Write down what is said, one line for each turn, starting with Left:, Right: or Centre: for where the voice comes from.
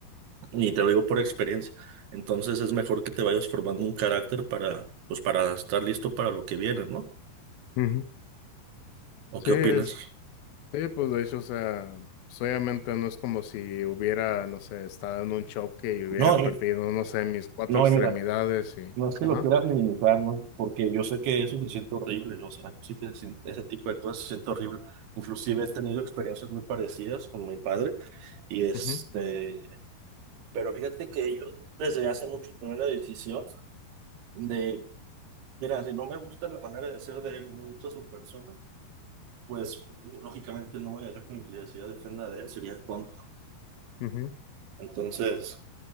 Right: y te lo digo por experiencia. Entonces es mejor que te vayas formando un carácter para, pues para estar listo para lo que viene, ¿no?
Left: ujú.
Right: ¿O
Left: Sí,
Right: qué opinas?
Left: sí. Sí, pues de hecho, o sea, pues, obviamente no es como si hubiera, no sé, estado en un choque y hubiera
Right: No, y,
Left: perdido, no sé, mis cuatro
Right: no,
Left: extremidades
Right: y mira.
Left: y...
Right: No es que
Left: Ajá.
Right: lo quieras minimizar, ¿no? Porque yo sé que eso se siente horrible, o sea, yo sé que se- ese tipo de cosas se siente horrible. Inclusive he tenido experiencias muy parecidas con mi padre, y este,
Left: ujú,
Right: pero fíjate que yo desde hace mucho tomé la decisión de, mira, si no me gusta la manera de ser de él, no me gusta su persona, pues lógicamente no voy a dejar que mi felicidad dependa de él, sería tonto.
Left: ujú,
Right: Entonces,